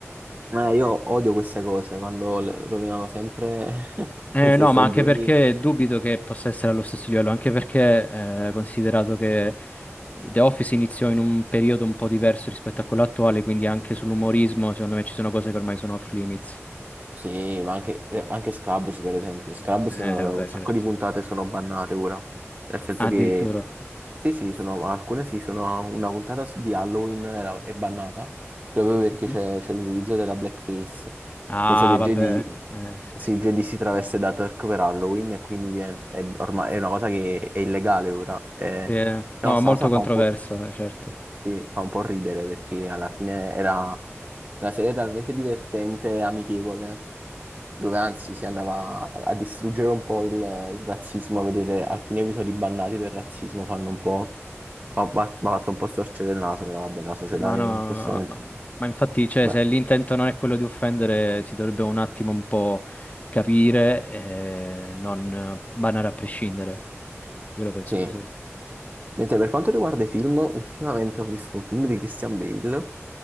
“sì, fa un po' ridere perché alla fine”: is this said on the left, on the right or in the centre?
Right